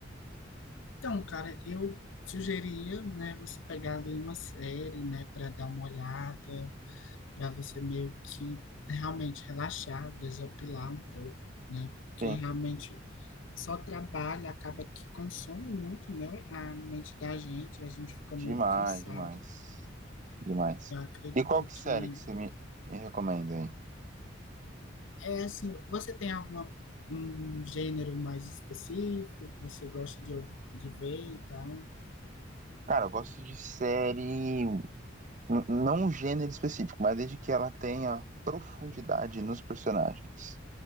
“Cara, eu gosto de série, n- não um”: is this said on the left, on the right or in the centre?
Right